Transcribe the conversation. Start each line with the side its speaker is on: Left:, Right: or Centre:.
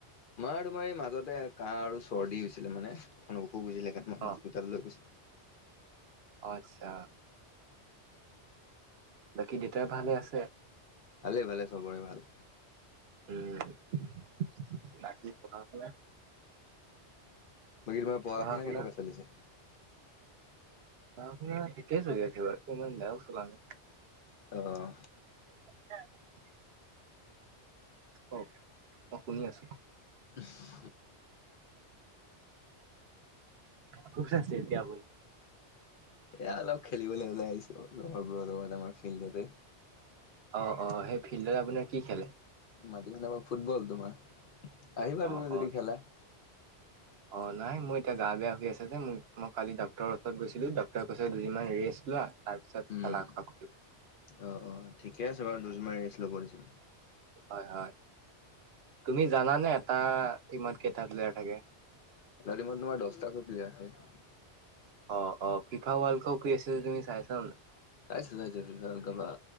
Left: মাৰ তোমাৰ এই মাজতে কাহ আৰু চৰ্দি হৈছিলে, মানে অকন অসুখ হৈছিলে, সেইকাৰণে মই
Right: অ
Left: হস্পিতাললৈ গৈছিলোঁ।
Right: অ', আচ্ছা। বাকী দেউতা ভালে আছে?
Left: ভালে, ভালে চবৰে ভাল।
Right: উম, বাকী পথাৰ ফালে?
Left: বাকী তোমাৰ পঢ়া-শুনা
Right: পঢ়া শুনা
Left: কেনেকুৱা চলিছে?
Right: পঢ়া-শুনা ঠিকেই চলি আছে, বাৰু এতিয়া ইমান বেয়াও চলা নাই।
Left: অ অ
Right: <unintelligible> কওক, মই শুনি আছোঁ।
Left: <inaudible>
Right: ক'ত হে আছে এতিয়া আপুনি?
Left: এইয়া অলপ খেলিবলৈ ওলাই আহিছোঁ, লগৰবোৰৰ লগত আমাৰ ফিল্ডতে।
Right: অ', অ', সেই ফিল্ডত আপোনাৰ কি খেলে?
Left: মাটিখন আমাৰ ফুটবল তোমাৰ। আহিবা তুমি
Right: অ',
Left: যদি
Right: অ।
Left: খেলা
Right: অ', নাই মোৰ এতিয়া গা বেয়া হৈ আছে যে, মোৰ মই কালি ডক্টৰৰ ওচৰত গৈছিলোঁ। ডক্টৰ ডক্টৰে কৈছে দুদিনমান ৰেষ্ট লোৱা, তাৰপিছত
Left: উম।
Right: খেলা-ধূলা কৰিবা।
Left: অ', অ', ঠিকে আছে বাৰু দুদিনমান ৰেষ্ট ল'ব দিছে।
Right: হয় হয় তুমি জানানে এটা টিমত কেইটা প্লেয়াৰ থাকে?
Left: এটা টিমত তোমাৰ দশটাকৈ প্লেয়াৰ থাকে।
Right: অ', অ। ফিফা ৱৰ্ল্ড কাপ কৰি আছে যে তুমি চাইচা নে নাই?
Left: চাইচো, চাইচো। ফিফা ৱৰ্ল্ড কাপ, আ,